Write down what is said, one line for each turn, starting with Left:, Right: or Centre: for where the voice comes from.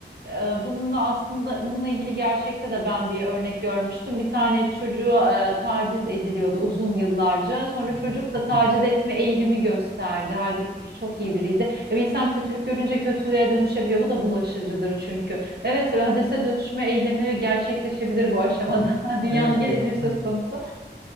Right: e, bununla aslında bununla ilgili gerçekte de ben bir örnek görmüştüm. Bir tane çocuğu e, taciz ediliyordu uzun yıllarca. Sonra
Left: Hı
Right: çocuk da taciz
Left: hı.
Right: etme eğilimi gösterdi. Halbuki çok iyi biriydi. E, bir insan kötülük görünce kötülüğe dönüşebiliyor. Bu da bulaşıcıdır çünkü. Evet, ve hadise dönüşme eylemi gerçekleşebilir bu aşamada.
Left: Hı hı.
Right: <laughs> Dünyanın
Left: Evet
Right: geleceği
Left: ya.
Right: söz
Left: Hı.
Right: konusu.